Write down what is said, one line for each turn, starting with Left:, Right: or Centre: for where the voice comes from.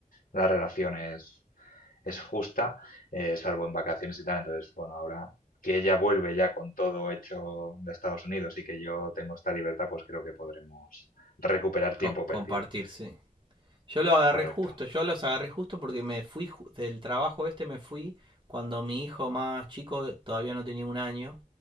Left: la relación es, es justa, eh, salvo en vacaciones y tal. Entonces, bueno, ahora que ella vuelve ya con todo hecho de Estados Unidos y que yo tengo esta libertad, pues creo que podremos recuperar tiempo
Right: Co- compartir,
Left: perdido.
Right: sí. Yo lo agarré
Left: Correcto.
Right: justo, yo los agarré justo porque me fui ju- del trabajo este, me fui cuando mi hijo más chico todavía no tenía un año,